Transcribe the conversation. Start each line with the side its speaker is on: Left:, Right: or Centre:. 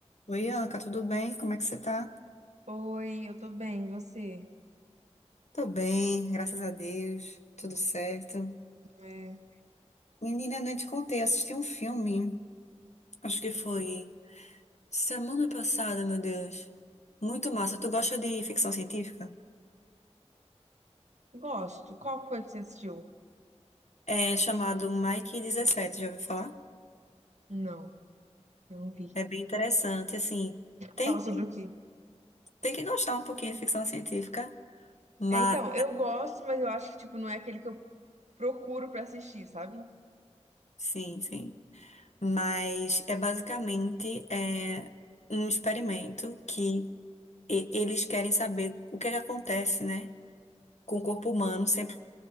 Left: Oi, Anca, tudo bem? Como é que você tá?
Right: Oi, eu tô bem, e você?
Left: Tô bem, graças a Deus, tudo certo.
Right: É,
Left: Menina, eu nem te contei, eu assisti um filme, acho que foi semana passada, meu Deus. Muito massa. Tu gosta de ficção científica?
Right: gosto. Qual foi que você assistiu?
Left: É chamado Mike dezessete. já ouviu falar?
Right: Não, não vi.
Left: É bem interessante, assim. Tem,
Right: Fala sobre o quê?
Left: tem que gostar um pouquinho de ficção científica, mas
Right: É, então, eu gosto, mas eu acho que, tipo, não é aquele que eu procuro pra assistir, sabe?
Left: sim, sim. Mas é basicamente é, um experimento que E- eles querem saber o que é que acontece, né? Com o corpo humano, sempre a